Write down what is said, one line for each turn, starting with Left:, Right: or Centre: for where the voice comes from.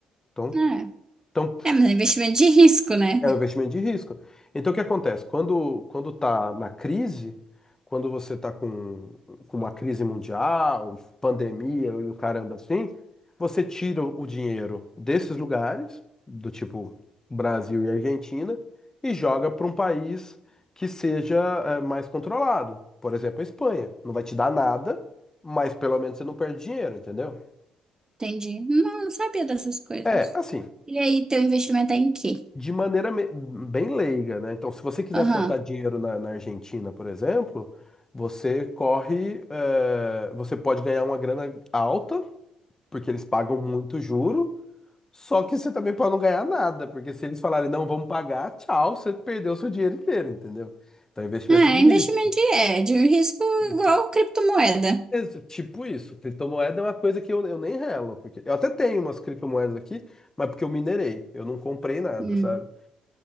Left: Então,
Right: É,
Left: então,
Right: é mas é investimento de risco, né?
Left: É um investimento de risco. Então, o que acontece? Quando quando está na crise, quando você está com, com uma crise mundial, pandemia e o caramba assim, você tira o dinheiro desses lugares, do tipo Brasil e Argentina, e joga para um país que seja eh, mais controlado. Por exemplo, a Espanha. Não vai te dar nada, mas pelo menos você não perde dinheiro, entendeu?
Right: Entendi. Não, não sabia dessas coisas.
Left: É, assim,
Right: E aí, teu investimento é em quê?
Left: de maneira me- bem leiga, né? Então, se você quiser
Right: Aham.
Left: botar dinheiro na, na Argentina, por exemplo, você corre, eh, você pode ganhar uma grana alta, porque eles pagam muito juro, só que você também pode não ganhar nada, porque se eles falarem não, vamos pagar, tchau, você perdeu seu dinheiro inteiro, entendeu? Então, é investimento
Right: É,
Left: de risco.
Right: investimento de, é, de um risco
Left: Investi-
Right: igual criptomoeda.
Left: Ex- Tipo isso, criptomoeda é uma coisa que eu, eu nem relo, porque eu até tenho umas criptomoedas aqui, mas porque eu minerei, eu não comprei nada,
Right: Hum.
Left: sabe?